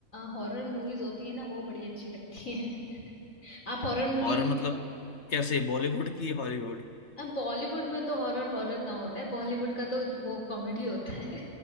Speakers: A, on the left; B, on the left.
A: हॉरर मूवीज होती है ना वो बड़ी अच्छी लगती है <laughs> आप हॉरर मूवीज
B: और
A: देखते
B: मतलब
A: हो
B: कैसे बॉलीवुड की हॉलीवुड
A: अब बॉलीवुड में तो हॉरर हॉरर कहाँ होता है बॉलीवुड का तो वो कॉमेडी होता है